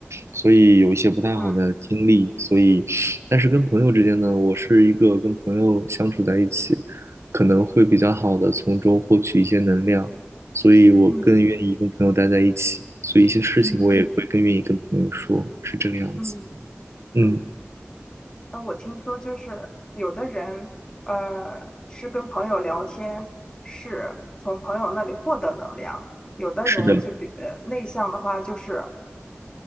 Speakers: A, on the right; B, on the left.
A: 所以有一些不太好的经历。
B: 嗯
A: 所以，但是跟朋友之间呢，我是一个跟朋友相处在一起，可能会比较好的从中获取一些能量。所以我更愿意跟朋友待在一起，
B: 嗯
A: 所以一些事情我也会更愿意跟朋友说，
B: 嗯
A: 是这个样子。
B: 嗯
A: 嗯，
B: 嗯。嗯那我听说就是有的人，呃，是跟朋友聊天，是从朋友那里获得能量；有的人就比呃内向的话，
A: 是的，
B: 就是